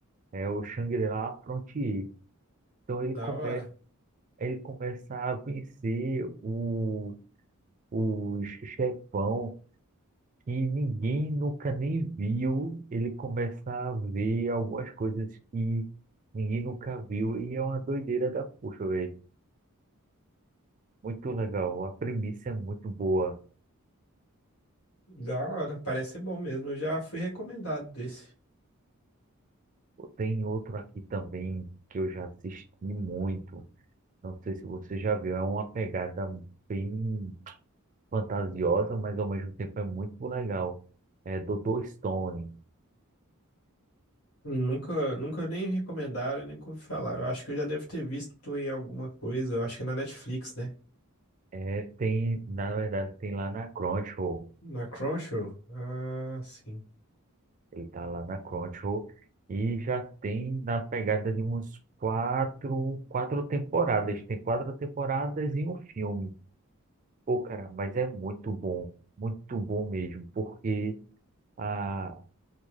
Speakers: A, on the right (about 35°); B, on the left (about 80°).
A: É o Shangri-La Frontier. Então ele
B: da
A: começa
B: hora.
A: ele começa a vencer o, o chefão E ninguém nunca nem viu ele começar a ver algumas coisas que ninguém nunca viu. E é uma doideira da puxa, velho. Muito legal. A premissa é muito boa.
B: Da hora, parece ser bom mesmo. Eu já fui recomendado desse.
A: Tem outro aqui também que eu já assisti muito. Não sei se você já viu. É uma pegada bem fantasiosa, mas ao mesmo tempo é muito legal. É Dr. Stone.
B: Nunca, nunca nem recomendaram, nem ouvi falar. Eu acho que eu já devo ter visto em alguma coisa. Eu acho que é na Netflix, né?
A: É, tem, na verdade, tem lá na Crunchyroll.
B: Na Crunchyroll? Ah, sim.
A: Ele tá lá na Crunchyroll e já tem na pegada de uns quatro, quatro temporadas. Tem quatro temporadas e um filme. Pô, cara, mas é muito bom, muito bom mesmo, porque a,